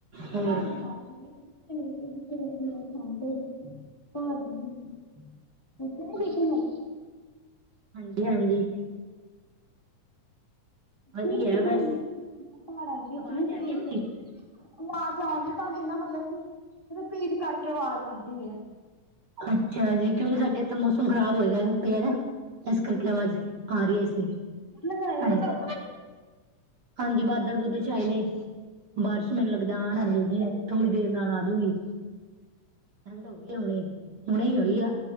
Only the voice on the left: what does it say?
ਪਹਾੜੀ ਇਲਾਕੇ ਦੇ ਵੀ, <unintelligible> ਸੌਂਦੇ। ਪਾਹੜ ਤੇ ਨਈ ਸੀ, ਓਥੇ
ਨਈ ਗਈ ਘੁੰਮਣ।
ਨੀ ਠੀਕ
ਨੇ, ਪਹਾੜਾਂ ਦੇ ਵਿੱਚ
ਨਈ ਗਏ
ਇੰਧਰ।
ਆਵਾਜ਼ ਆਉਂਦੀ ਤੁਹਾਡੀ ਨਾ ਮਤਲਬ ਕਿ, ਰਿਪੀਟ ਕਰਕੇ ਆਵਾਜ਼ ਆਉਂਦੀ ਏ।
ਲਗਾਏ
ਹੋਏ ਆ।